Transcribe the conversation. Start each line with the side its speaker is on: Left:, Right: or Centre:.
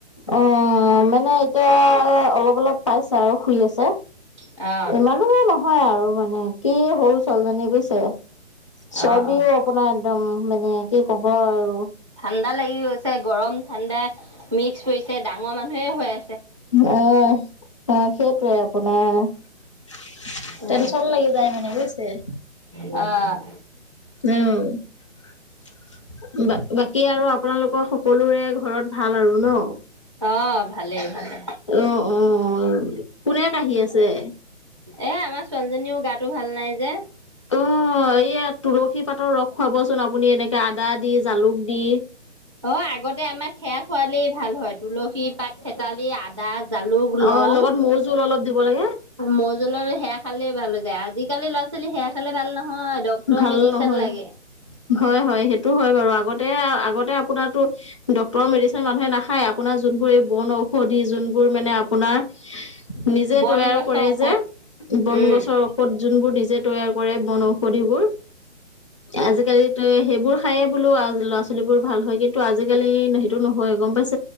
Left: অ', মানে এতিয়া অলপ, অলপ পাইছে আৰু শুই আছে।
Right: অ'।
Left: জানু নহয় আৰু মানে কি হ'ল ছোৱালীজনী পিছে চৰ্দিও।
Right: অ অ
Left: আপোনাৰ একদম মানে কি ক'ব আৰু।
Right: ঠাণ্ডা লাগি গৈছে গৰম ঠাণ্ডা মিক্স পৰিছে ডাঙৰ মানুহে হয়।
Left: আহ অ', সেইটোৱে আপোনাৰ।
Right: অ
Left: টেনচন লাগি যায় মানে বুজিছে।
Right: অ'।
Left: উম। কি আৰু আপোনালোকৰ সকলোৰে ঘৰত ভাল আৰু ন'?
Right: অ' ভালেই ভালে
Left: অহ, অহ, অহ, কোনে কাঁহি আছে?
Right: এ, আমাৰ ছোৱালীজনীও গাতো ভাল নাই যে।
Left: অ', এইয়া তুলসী পাতৰ ৰস খুৱাবচোন আপুনি, এনেকে আদা দি, জালুক দি।
Right: অ', আগতে আমাৰ সেয়া খোৱালেই ভাল হয়, তুলসী পাত, থেতালি আ আদা, জালুক, লং
Left: অ', লগত মৌ জোল অলপ দিব লাগে
Right: মৌ জুল, সেয়া খালে ভাল হৈ যায়, আজিকালি ল'ৰা ছোৱালী ছোৱালী সেয়া খালে ভাল নহয়, ডক্তৰৰ
Left: ভাল
Right: মেডিচিন
Left: নহয়।
Right: লাগে।
Left: হয়, হয়, সেইটো হয় বাৰু, আগতে, আগতে আপোনাৰটো ডক্তৰৰ মেডিচিন মানুহে নাখায় আপোনাৰ যোনবোৰ এই বন ঔষধি, যোনবোৰ মানে আপোনাৰ নিজে
Right: বন
Left: তৈয়াৰ
Right: গছৰ
Left: কৰে
Right: ঔষধ
Left: যে, বন
Right: উম
Left: গছৰ ঔষধ যোনবোৰ নিজে তৈয়াৰ কৰে, বন ঔষধিবোৰ আজিকালি সেইবোৰ খায়েই বোলো ল'ৰা ছোৱালী বোৰ ভাল হয়, কিন্তু ত' আজিকালি সেইটো নহয়, গম পাইছা।